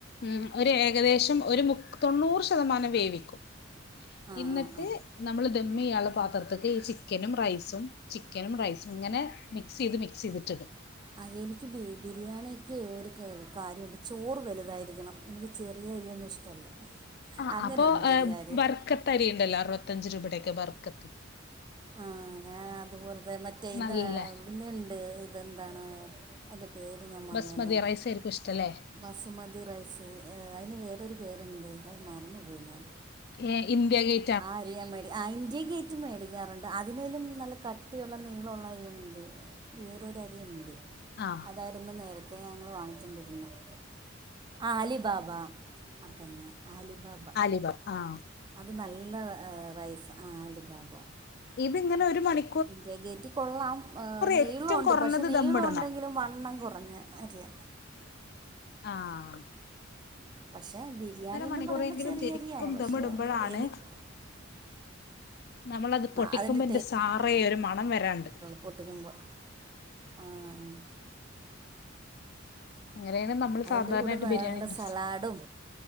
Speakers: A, on the left; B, on the right.
A: ഉം ഒരു ഏകദേശം ഒരു മു തൊണ്ണൂ ശതമാനം വേവിക്കിട്ട്
B: ആ ആ ആ
A: നമ്മ ഇയാളുള്ള പാത്രത്ത്ക്ക് ഈ ചിക്കനും റൈസും ചിക്കനും റൈസും ഇങ്ങനെ മിക്സ് ചെയ്ത് മിക്സ് ചെയ്തിട്ടിടും
B: ആഹ് എനിക്ക് ബിരിയാണിക്ക് ഒരു കാര്യമുണ്ട് ചോറ് വലുതായിരിക്കണം എനിക്ക് ചെറിയ അരിയൊന്നും ഇഷ്ടമല്ല
A: ആഹ്
B: അങ്ങനെയുണ്ട്
A: അപ്പൊ
B: ഒരു കാര്യം
A: വർക്കത്തരിയുണ്ടല്ലോ അറുപത്തഞ്ച് രൂപയുടെൊക്കെ വർക്കത്ത്
B: ആഹ് ഞാൻ അതുപോലതന്നെ മറ്റേ ഇത്
A: നല്ല
B: പിന്നെയുണ്ട് ഇതെന്താണ് അയിന്റെ പേര് ഞാൻ മറന്നുപോയല്ലോ
A: ബസ്മതി റൈസ് ആയിരിക്കും ഇഷ്ടല്ലേ
B: ബസുമതി റൈസ് അതിന് വേറൊരു പേരുണ്ട് അത് മറന്നു പോയി ഞാൻ
A: ഏഹ് ഇന്ത്യഗേറ്റ്
B: ആഹ് അരിയാമേൽ ആഹ് ഇന്ത്യ ഗേറ്റ് മേടിക്കാറുണ്ട് അതിനേലും നല്ല കട്ടിയുള്ള നീളവൊള്ള അരിഉണ്ട് വേറൊര് അരിയുണ്ട്
A: ആ
B: അതായിരുന്നു നേരത്തെ ഞങ്ങള് വാങ്ങിച്ചോണ്ടിരുന്നത് ആലിബാബ അതന്നെ ആലിബാബ
A: ഇതാ ആഹ്
B: അത് നല്ല റൈസ് ആഹ് അലിബാബ
A: ഇതിങ്ങനെ ഒരു മണി
B: ഇന്ത്യ ഗേറ്റ് കൊള്ളാം നീളം
A: ഏറ്റവും
B: ഉണ്ട്
A: കുറഞ്ഞത്
B: പക്ഷെ നീളം
A: ദമ്മിടണം
B: ഉണ്ടെങ്കിലും വണ്ണം കുറഞ്ഞ അരിയാ
A: ആഹ്
B: പക്ഷേ ബിരിയാണിന്ന്
A: മണിക്കൂറെങ്കിലും
B: പറയുമ്പോൾ ചെറിയരിയാണ്
A: ശരിക്കും
B: പക്ഷേ
A: ദമ്മിടുമ്പോഴാണ്
B: എനിക്ക്
A: നമ്മളത് പൊട്ടിക്കുമ്പോന്റെ
B: അതിൻ്റെ
A: സാറെ ഒരു മണം വരാറുണ്ട്
B: പൊട്ടിക്കുമ്പോ ആഹ്
A: അങ്ങനെയാണ് നമ്മൾ
B: അതിന്റെ
A: സാധാരണയായിട്ട്
B: കൂടെ വേറൊള്ള
A: ബിരിയാണി ഇണ്ട
B: സലാഡും